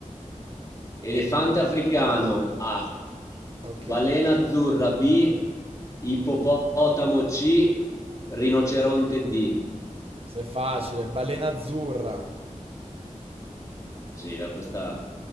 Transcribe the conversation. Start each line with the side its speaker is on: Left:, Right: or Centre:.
Left: Elefante
Right: Eh,
Left: africano A,
Right: Ok.
Left: balena azzurra B, ippopotamo C, rinoceronte D.
Right: Se è facile. Balena azzurra.
Left: Sì, beh, questa